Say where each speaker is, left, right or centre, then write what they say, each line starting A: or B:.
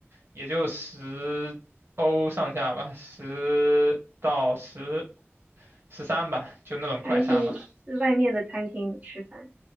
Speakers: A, on the right (about 55°); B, on the right (about 25°).
A: 也就十欧上下吧，十到十十三吧，就那种快餐嘛。
B: 餐厅是外面的餐厅吃饭，